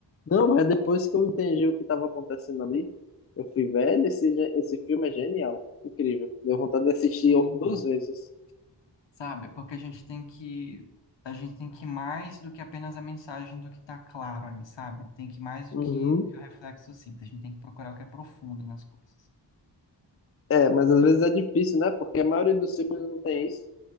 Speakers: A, on the left; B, on the left.
A: Não, mas depois que eu entendi o que estava acontecendo ali, eu fui, velho, esse, ge- esse filme é genial, incrível. Deu vontade de assistir
B: Sim,
A: o- duas vezes.
B: sabe, porque a gente tem que, a gente tem que ir mais do que apenas a mensagem do que tá claro ali, sabe? Tem que ir mais
A: Uhum.
B: do que, do que o reflexo simples, a gente tem que procurar o que é profundo nas coisas.
A: É, mas às vezes é difícil, né? Porque a maioria dos filmes não tem isso.